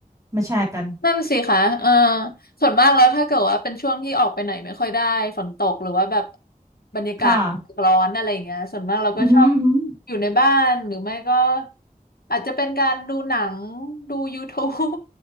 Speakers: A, on the right (about 20°); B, on the left (about 85°).
A: มาแชร์กัน
B: นั่นสิคะเออส่วนมากแล้วถ้าเกิดว่าเป็นช่วงที่ออกไปไหนไม่ค่อยได้ฝนตกหรือว่าแบบบรรยากาศร้อนอะไรอย่างเงี้ยส่วนมากเราก็ชอบ
A: ค่ะอือหืออือหือ
B: อยู่ในบ้านหรือไม่ก็อาจจะเป็นการดูหนังดูยู u ูบ <laughs> e